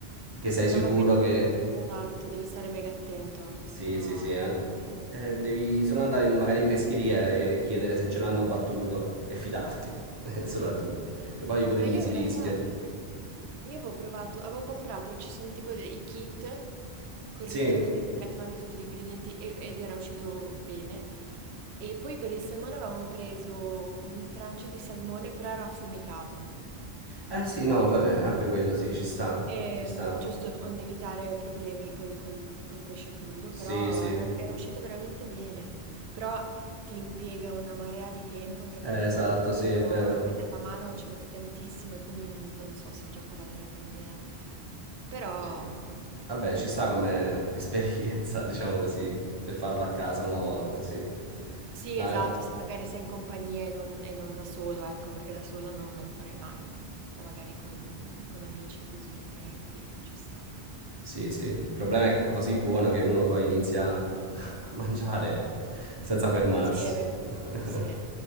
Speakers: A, on the right; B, on the right.
A: che sei sicuro
B: No, ma poi...
A: che...
B: Esatto, devi stare mega attento,
A: Sì,
B: se no...
A: sì, sì. an- eh, devi solo andare in- magari in pescheria e chiedere se ce l'hanno abbattuto e fidarti, <laughs>
B: Sì.
A: soprattutto. Che poi pure
B: No,
A: lì
B: io
A: si
B: in
A: rischia.
B: realtà io avevo provato, avevo comprato, ci sono tipo dei i kit col
A: Sì.
B: riso, quindi ti mettono anche tutti gli ingredienti e- ed era uscito bene. E poi per il salmone avevamo preso un trancio di salmone, però era affumicato.
A: Eh sì, no, vabbè, anche quello sì, ci sta.
B: Ehm,
A: Ci sta.
B: giusto, onde evitare problemi col, col- col pesce crudo,
A: Sì,
B: però
A: sì. Eh,
B: era, era uscito veramente bene. Però ti impiega una marea di tempo, anche
A: esatto,
B: perché poi all'inizio
A: sì, è vero.
B: a prendere la mano ci metti tantissimo e quindi non so se il gioco vale la candela. Però
A: Sì.
B: mm,
A: Vabbè,
B: molto
A: ci sta
B: buono.
A: come <laughs> esperienza, diciamo così, per farlo a casa una volta, sì.
B: Sì,
A: No,
B: esatto, se magari sei in compagnia e non, e non da solo, ecco, perché da solo non me lo farei mai, però magari con, con amici o così, parenti, ci sta.
A: Sì, sì. Il problema è che è così buono che uno poi inizia <laughs> a mangiare senza fermarsi.
B: Sì, è vero.
A: <laughs>
B: Sì.